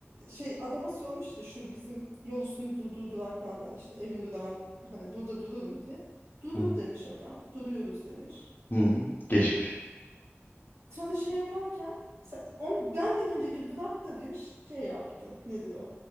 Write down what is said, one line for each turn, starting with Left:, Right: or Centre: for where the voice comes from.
Right: şey adama sormuş işte şu bizim yol üstünde durduğu duraklardan işte evin durağın hani burada durur mu diye. Durur
Left: Hı
Right: demiş adam. Duruyoruz demiş.
Left: hı. Geçmiş.
Right: Sonra şey yaparken sen- on, benden önceki durakta diyor şey yaptı. Nedir o?